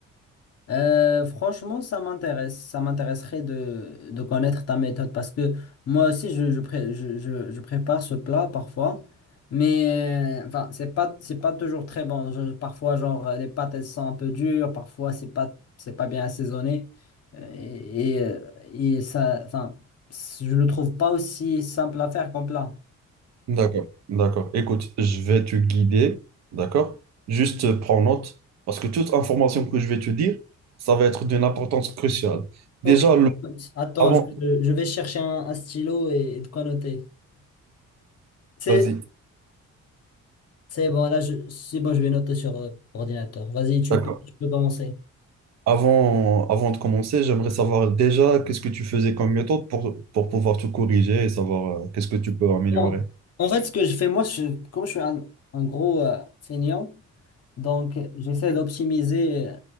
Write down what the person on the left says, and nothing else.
Euh, franchement, ça m'intéresse. Ça m'intéresserait de, de connaître ta méthode parce que moi aussi, je, je, pré- je, je- je prépare ce plat parfois, mais euh, enfin, c'est pas, c'est pas toujours très bon. Je- parfois, genre, les pâtes, elles sont un peu dures, parfois, c'est pas, c'est pas bien assaisonné. Euh, et, et, euh, et ça, enfin, je le trouve pas aussi simple à faire comme plat.
Ok,
attends,
je, je vais chercher un, un stylo et, et de quoi noter. C'est
C'est bon, là, je, c'est bon, je vais noter sur euh, ordinateur. Vas-y, tu
peux, tu peux commencer.
Bon. En fait, ce que je fais, moi, je, comme je suis un, un gros euh, feignant, donc euh, j'essaie d'optimiser euh,